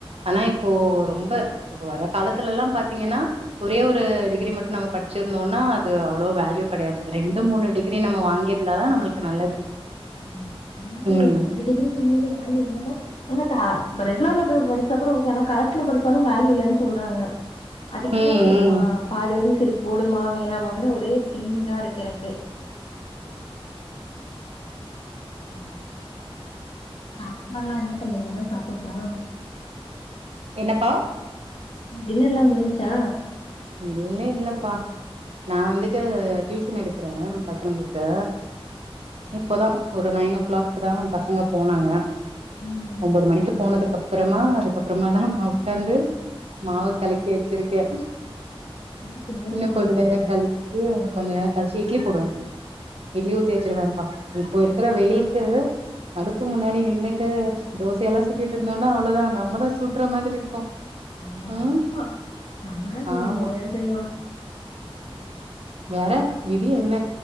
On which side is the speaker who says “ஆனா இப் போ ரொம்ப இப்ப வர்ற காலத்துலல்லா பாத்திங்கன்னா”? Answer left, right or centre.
Right